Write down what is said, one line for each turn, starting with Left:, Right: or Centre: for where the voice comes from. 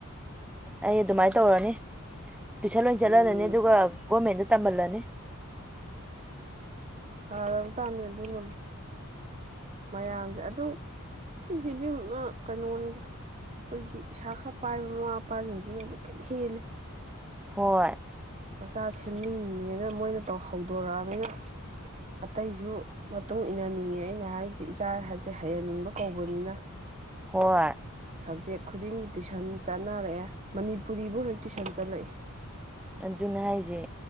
Centre: ꯑꯩ ꯑꯗꯨꯃꯥꯏꯅ ꯇꯧꯔꯅꯤ ꯇꯨꯏꯁꯟ ꯂꯣꯏ ꯆꯠꯍꯜꯂꯅꯤ
Right: ꯎꯝ
Centre: ꯑꯗꯨꯒ ꯒꯣꯔꯃꯦꯟꯗ ꯇꯝꯍꯜꯂꯅꯤ
Right: ꯐꯔꯕꯖꯥꯠꯅꯤ ꯑꯗꯨꯅꯕꯨ ꯃꯌꯥꯝꯖꯦ ꯑꯗꯨ ꯁꯤꯖꯦ ꯏꯕꯤꯝꯃꯥ ꯀꯩꯅꯣꯅꯤꯗ ꯑꯩꯈꯣꯏꯒꯤ ꯄꯩꯁꯥ ꯈꯔ ꯄꯥꯏꯕ ꯃꯃꯥ ꯃꯄꯥꯖꯤꯡꯖꯤꯅꯖꯨ ꯈꯤꯠ ꯍꯦꯜꯂꯤ
Centre: ꯍꯣꯏ
Right: ꯃꯆꯥ ꯁꯦꯝꯅꯤꯡꯉꯦꯅ ꯃꯣꯏꯅ ꯇꯧ ꯍꯧꯗꯣꯔꯛꯑꯕꯅꯤꯅ ꯑꯇꯩꯖꯨ ꯃꯇꯨꯡ ꯏꯟꯅꯅꯤꯡꯉꯦ ꯑꯩꯅ ꯍꯥꯏꯖꯦ ꯏꯆꯥꯖꯦ ꯍꯩꯍꯟꯅꯤꯡꯕ ꯀꯧꯕꯅꯤꯅ
Centre: ꯍꯣꯏ
Right: ꯁꯞꯖꯦꯛ ꯈꯨꯗꯤꯡꯒꯤ ꯇꯨꯏꯁꯟ ꯆꯠꯅꯔꯛꯑꯦ ꯃꯅꯤꯄꯨꯔꯤꯕꯧ ꯍꯦꯛ ꯇꯨꯏꯁꯟ ꯆꯠꯂꯛꯏ
Centre: ꯑꯗꯨꯅꯦ ꯍꯥꯏꯖꯦ